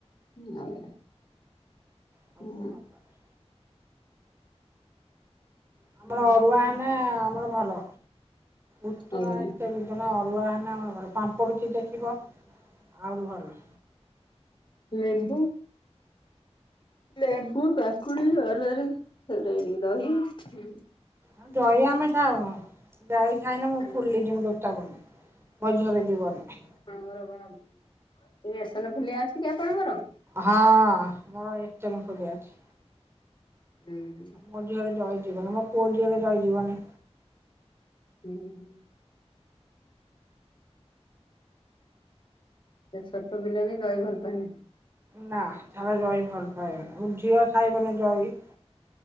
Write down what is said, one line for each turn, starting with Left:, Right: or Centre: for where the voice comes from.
Left: ହୁଁ ଆଜ୍ଞା।
Right: ସବୁ
Left: ହୁଁ
Right: ସୋମବାରେ। ଆମର ଅରୁଆ ହେନେ ଆମର। ଭଲ ଉଷୁନା
Left: ଆଜ୍ଞା
Right: ଏତେ ବିଜ ନା ଅରୁଆ ହେନେ ଆମର ଘରେ ପାମ୍ପ ଦେଖିବ ଆହୁରି ଭଲ।
Left: ଏନ୍ତୁ। ଲେମ୍ବୁ କାକୁଡ଼ି ଅରୁଆରୁ ତାପରେ <unintelligible> ଦହି ହୁଁ।
Right: ଆଉ ଦହି ଆମେ ଖଉନୁ ଦହି ଖାଇନେ ମୁଁ
Left: ଆଉ
Right: ଫୁଲିଜିମୁ ଦେ ବନି ମୋ ଦିହରେ ଯିବନି।
Left: ହଁ ପରା ବାହା <inaudible> ଇସନ ଫୁଲିଆ ଅଛି କି ଆପଣଙ୍କର?
Right: ହଁ ମୋର ଈଶନ ଫୁଲିଆ ଅଛି।
Left: ହୁଁ ହୁଁ
Right: ମୋ ଦିହରେ ଦହି ଯିବନି ମୋ ପୁଅ ଦିହରେ ଦହି ଯିବନି।
Left: ହୁଁ ହୁଁ। ସେ ଛୋଟ ପିଲା ବି ଦହି ଭଲ ପାଏନି।
Right: ନା ତାର ଦହି ଭଲ ପାଏନି ମୋ ଝିଅ ଖାଇବନି ଦହି।